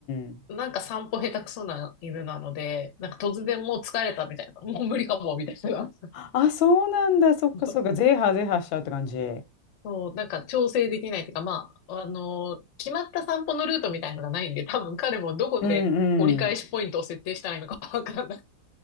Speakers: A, on the left (about 90°); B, on the left (about 60°).
A: うん。
B: なんか散歩下手くそな犬なので、なんか突然もう疲れたみたいな、もう無理かも、みたいな。
A: あ、そうなんだ。そっかそっか。
B: <laughs>
A: ゼーハーゼーハーしちゃうって感じ。う
B: そう、なんか調整できないというか、まあ、あの、決まった散歩のルートみたいのがないんで、多分彼もどこで折り返しポイントを設定したらいいのかわかんない
A: んうん。